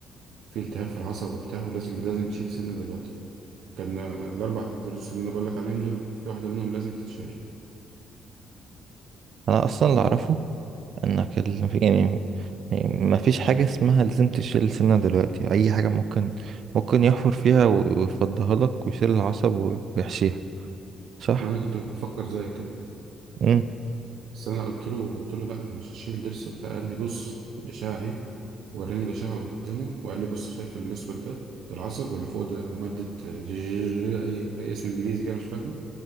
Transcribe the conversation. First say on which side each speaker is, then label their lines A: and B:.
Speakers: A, on the right; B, on the right.
A: في التهاب في العصب وبتاع ولازم لازم تشيل سنة دلوقتي كان الأربع دروس اللي أنا بقول لك عليهم دول في واحدة منهم لازم تتشال
B: أنا أصلا اللي أعرفه إنك ال... يعني يعني ما فيش حاجة اسمها لازم تشيل سنة دلوقتي أي حاجة ممكن ممكن يحفر فيها و- ويفضيها لك ويشيل العصب و- ويحشيها صح؟
A: ما أنا كنت مفكر زيك كده
B: مم.
A: بس أنا قلت له قلت له لا أنا مش هشيل ضرس وبتاع قال لي بص الأشعة أهي وراني الأشعة قدامه وقال لي بص شايف الأسود ده ده العصب واللي فوق ده مادة جي جي جي أي, أي اسم إنجليزي كده مش فاهمه